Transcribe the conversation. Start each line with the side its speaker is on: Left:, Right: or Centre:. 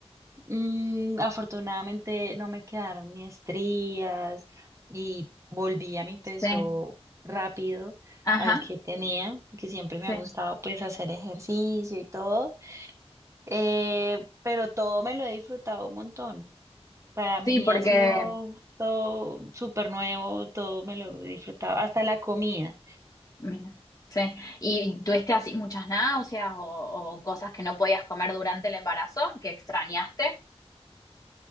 Right: Mm, afortunadamente no me quedaron ni estrías y volví a mi peso
Left: sí.
Right: rápido
Left: Ajá,
Right: al que tenía, que siempre
Left: sí.
Right: me ha gustado pues hacer ejercicio y todo, Eh, pero todo me lo he disfrutado un montón. Para mí
Left: Sí, porque,
Right: ha sido todo súper nuevo, todo me lo he disfrutado, hasta la comida.
Left: mira, sí. ¿Y tuviste así muchas náuseas o, o cosas que no podías comer durante el embarazo que extrañaste?